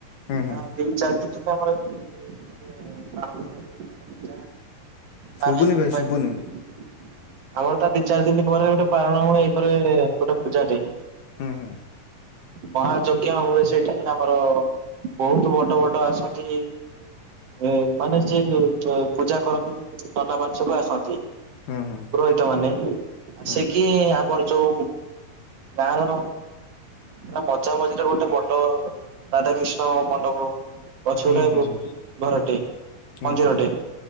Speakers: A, on the left (about 65°); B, on the right (about 55°).
A: ହୁଁ ହୁଁ
B: ତା ତିନ ଚାରି ଦିନ ପର୍ଯ୍ୟନ୍ତ ଆମର ଏପଟେ ଏଇ ଗୋଟେ
A: ଶୁଭୁନି
B: ପାଳନ
A: ଭାଇ
B: କରାଯାଏ
A: ଶୁଭୁନି
B: ମଣ୍ଡପ ପୂଜା <unintelligible> ଆମର ତା ଦି ଚାରି ଦିନ ପରେ ଗୋଟେ ପାଳନ ହୁଏ ଏଇ ପରେ ଗୋଟେ ପୂଜାଟେ।
A: ହୁଁ ହୁଁ।
B: ମହାଯଜ୍ଞ ହୁଏ ସେଇଠି ଆମର ବହୁତ ବଡ ବଡ ଆସନ୍ତି ଏ ମାନେ ଯିଏ ପ ପୂଜା କରନ୍ତି ନନାମାନେ ସବୁ ଆସନ୍ତି।
A: ହୁଁ ହୁଁ
B: ପୁରୋହିତ ମାନେ ଆସିକିି
A: ହୁଁ
B: ଆମର ଯୋଉ ଗାଁ ର ପୁର ଭ ଚ ମଝିରେ ଗୋଟେ ବଡ ରାଧାକୃିଷ୍ଣ ମଣ୍ଡପ ଅଛି
A: ହୁଁ ହୁଁ
B: ଗୋଟେ
A: ହୁଁ
B: ଘରଟେ
A: ହୁଁ
B: ମନ୍ଦିରଟେ
A: ହୁଁ।